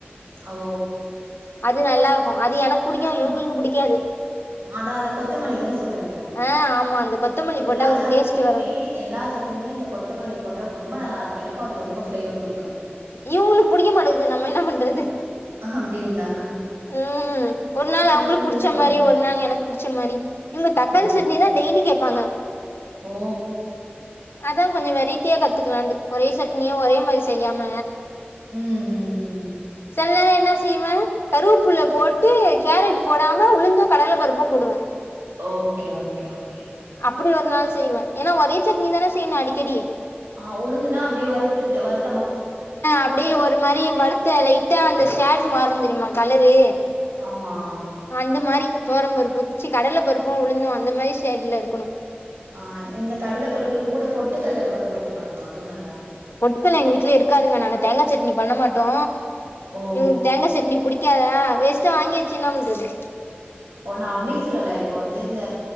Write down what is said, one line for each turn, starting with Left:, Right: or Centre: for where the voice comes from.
Right: ஓ
Left: அது நல்லாருக்கு அது எனக்கு புடிக்கு
Right: ஆனா
Left: இவங்களுக்கு புடிக்காது
Right: அதா அந்த கொத்தமல்லி தான சொல்றீங்க
Left: ஆ ஆமா அந்த கொத்தமல்லி
Right: எல்லா
Left: போட்டா ஒரு
Right: சட்னிலமே
Left: டேஸ்ட் வருங்
Right: எல்லா சட்னிமே இந்த கொத்தமல்லி போட்டா ரொம்ப நல்லாருக்கு எனக்கு அது ரொம்ப ஃப்ளேவர் பிடிக்கு
Left: இவங்களுக்கு புடிக்க மாட்டேன்து நம்ம என்ன பண்றது
Right: அப்டிங்களா
Left: ம் ஒரு நாள்
Right: சில
Left: அவங்களுக்கு
Right: பேருக்கு
Left: புடிச்ச மாரி ஒரு நாள் எனக் புடிச்ச மாரி இவங்க தக்காளி
Right: ஓ
Left: சட்னிதா டெய்லி கேப்பாங்க
Right: ஓ
Left: அதா கொஞ்சோ வெரைட்டியா கத்துக்கலான்டு ஒரே சட்னிய ஒரே மாரி செய்யாம
Right: ம் ம்
Left: சொன்னனே என்ன செய்வ கருவேப்புள்ள போட்டு கேரட் போடாம உளுந்து கடல பருப்பு போடுவ
Right: ஓகே ஓகே ஓகே
Left: அப்டி ஒரு நாள் செய்வ ஏன்னா ஒரே சட்னி தான செய்யணு அடிக்கடி
Right: ஆ உளுந்துனா அப்டியே வருத்துட்டு வரு
Left: அப்டியே வரு ஒரு மாரி வருத்து லைட்டா அந்த ஷேட் மாறு தெரிமா அந்த கலரு
Right: ஆமா
Left: அந்த மாரி தொவரம் பருப்பு கடல பருப்பு உளுந்து அந்த மாரி ஷேட்ல இருக்கணு
Right: ஆ இந்த கடல பருப்பு கூட பொட்டுக்கல்ல கூட போட்டு பண்லா அதுவு நல்லா இருக்கு
Left: ட்டுக்கல்ல இருக்காதுங்க எங்க வீட்ல இருக்காதுங்க நாங்க தேங்காய் சட்னி பண்ண மாட்டோ
Right: ஓ
Left: எங்களுக்கு தேங்கா சட்னி புடிக் கக்காதா வேஸ்டா வாங்கி வச்சு என்ன பண்றது
Right: ஓ நா அப்டி சொல்லல இப்ப வந்து இந்த